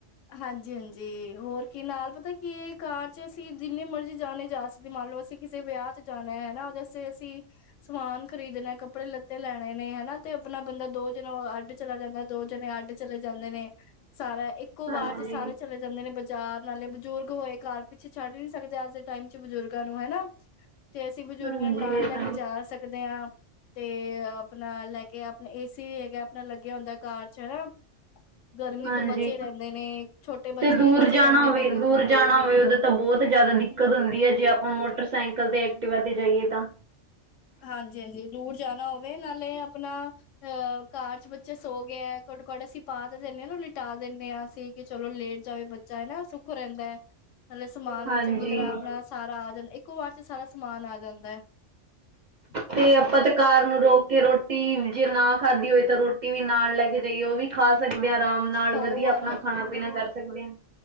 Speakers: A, on the left; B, on the right.
A: ਹਾਂਜੀ-ਹਾਂਜੀ ਹੋਰ ਕੀ ਨਾਲ ਪਤਾ ਕੀ ਕਾਰ ਚ ਅਸੀਂ ਜਿੰਨੇ ਮਰਜ਼ੀ ਜਣੇ ਜਾ ਸਕ ਤੇ ਮੰਨ ਲਓ ਅਸੀਂ ਕਿਸੇ ਵਿਆਹ ਚ ਜਾਣਾ ਹਨਾ ਜੈਸੇ ਅਸੀਂ ਸਮਾਨ ਖਰੀਦਣਾ ਕੱਪੜੇ ਲੱਤੇ ਲੈਣੇ ਨੇ ਹਨਾ ਤੇ ਆਪਣਾ ਬੰਦਾ ਦੋ ਜਨੋ ਅੱਡ ਚਲਾ ਜਾਂਦਾ ਦੋ ਜਣੇ ਅੱਡ ਚਲੇ ਜਾਂਦੇ ਨੇ। ਸਾਰਾ ਇੱਕ ਇਕੋ
B: ਹਾਂਜੀ
A: ਵਾਰ ਚ ਸਾਰੇ ਚਲੇ ਜਾਂਦੇ ਨੇ ਬਾਜ਼ਾਰ, ਨਾਲੇ ਬਜ਼ੁਰਗ ਹੋਏ ਘਰ ਪਿੱਛੇ ਛੱਡ ਨੀ ਸਕਦੇ ਅੱਜ ਦੇ ਟਾਈਮ ਚ ਬਜ਼ੁਰਗਾਂ ਨੂੰ ਹਨਾ ਤੇ ਅਸੀਂ ਬਜ਼ੁਰਗਾਂ
B: ਹਾਂਜੀ
A: ਨੂੰ ਨਾਲ
B: ਇਹ
A: ਲੈ
B: ਤਾਂ
A: ਕੇ ਜਾ ਸਕਦੇ ਹਾਂ। ਤੇ ਆਪਣਾ ਲੈ ਕੇ ਆਪਣਾ ਏ ਸੀ ਹੈਗਾ ਆਪਣਾ ਲੱਗਿਆ ਹੁੰਦਾ ਕਾਰ ਚ ਹਨਾ। ਗਰਮੀ
B: ਹਾਂਜੀ
A: ਤੋਂ ਬਚ ਰਹਿੰਦੇ ਨੇ। ਛੋਟੇ ਬੱਚੇ
B: ਤੇ ਦੂਰ
A: ਵੀ ਬੱਚੇ
B: ਜਾਣਾ
A: ਰਹਿੰਦੇ
B: ਹੋਵੇ
A: ਨੇ।
B: ਦੂਰ ਜਾਣਾ ਹੋਵੇ ਉਧਰ ਤਾਂ ਬਹੁਤ ਜ਼ਿਆਦਾ ਦਿੱਕਤ ਹੁੰਦੀ ਹੈ। ਜੇ ਆਪਾਂ ਮੋਟਰਸਾਈਕਲ ਤੇ, ਐਕਟਿਵਾ ਤੇ ਜਾਈਏ ਤਾਂ
A: ਹਾਂਜੀ-ਹਾਂਜੀ ਦੂਰ ਜਾਣਾ ਹੋਵੇ, ਨਾਲੇ ਆਪਣਾ ਅਹ ਕਾਰ ਚ ਬੱਚੇ ਸੋ ਗਏ। ਘਟੋ -ਘੱਟ ਅਸੀਂ ਪਾ ਤੇ ਦਿੰਦੇ ਹਾਂ ਨਾ। ਲਿਟਾ ਦਿੰਦੇ ਹਾਂ ਅਸੀਂ ਕਿ ਚਲੋ ਲੇਟ ਜਾਵੇ ਬੱਚਾ ਹਨਾ ਸੁੱਖ ਰਹਿੰਦਾ ਹੈ। ਮਤਲਬ ਸਮਾਨ
B: ਹਾਂਜੀ
A: ਵੀ ਚੰਗੀ ਤਰ੍ਹਾਂ ਆਪਣਾ ਸਾਰਾ ਆ ਜਾਂਨ, ਇੱਕੋ ਵਾਰ ਚ ਸਾਰਾ ਸਮਾਨ ਆ ਜਾਂਦਾ ਹੈ। <inaudible>
B: ਤੇ ਆਪਾਂ ਤੇ ਕਾਰ ਨੂੰ ਰੋਕ ਕੇ ਰੋਟੀ, ਜੇ ਨਾ ਖਾਧੀ ਹੋਵੇ ਤਾਂ ਰੋਟੀ ਵੀ ਨਾਲ ਲੈ ਕੇ ਜਾਈਏ। ਉਹ ਵੀ ਖਾ ਸਕਦੇ ਹਾਂ ਆਰਾਮ ਨਾਲ
A: ਹੋਰ
B: ਵਧੀਆ ਆਪਣਾ ਖਾਣਾ-ਪੀਣਾ ਕਰ ਸਕਦੇ ਹਾਂ